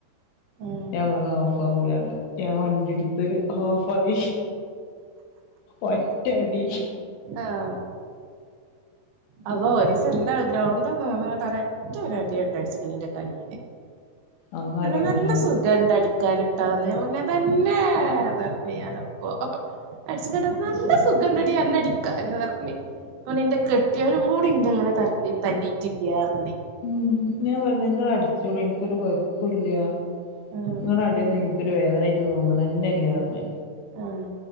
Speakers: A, on the right (about 75°); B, on the left (about 80°).
A: ആഹ്
B: ഞാൻ പറഞ്ഞ് ഓഫ് ആവൂലാന്ന് ഞാൻ വണ്ടി എടുത്ത് ഓഫ് ആയി ഒറ്റടി
A: ആഹ് അള്ളോ ഒരു ദിവസം ന്റ ഗ്രൗണ്ട്ന്ന് ഒരറ്റ ഒരു അടിയണ്ടടിച്ച് എന്റെ കയ്യിക്കൂ
B: അന്നടി
A: നല്ല
B: ഓഹ്
A: സുഖം ഇണ്ട് അടിക്കാനിട്ടാന്ന് ഞാൻ പറഞ്ഞ് അങ്ങനെ തന്നെ പറഞ്ഞതാണിപ്പോ അടിച്ചടുത്തു തന്നെ സുഖമുണ്ടടി അന്നെ അടി ക്കാന് പറഞ്ഞ് എന്റെ കെട്ടിയവനും കൂടി ന്റെ ഇങ്ങനെ തല്ലി തല്ലിയിട്ടില്ല പറഞ്ഞി
B: ഉം ഞാൻ പറഞ്ഞ് നിങ്ങള് അടിച്ചോളിൻ എനിക്കൊരു കൊഴപ്പവുമില്ല
A: ആഹ്
B: നിങ്ങടെ അടിയൊന്നും എനിക്കൊരു വേദന ആയിട്ട് തോന്നണന്നില്ല എന്ന് പറഞ്
A: ആഹ്